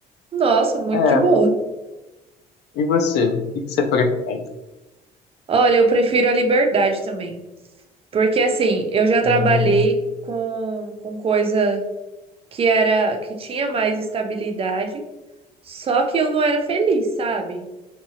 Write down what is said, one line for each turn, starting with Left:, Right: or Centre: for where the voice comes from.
Right: Nossa, muito
Left: é,
Right: de boa.
Left: e você? O que que você prefere?
Right: Olha, eu prefiro a liberdade também. Porque assim, eu já trabalhei
Left: Hum,
Right: com, com coisa que era que tinha mais estabilidade, só que eu não era feliz, sabe?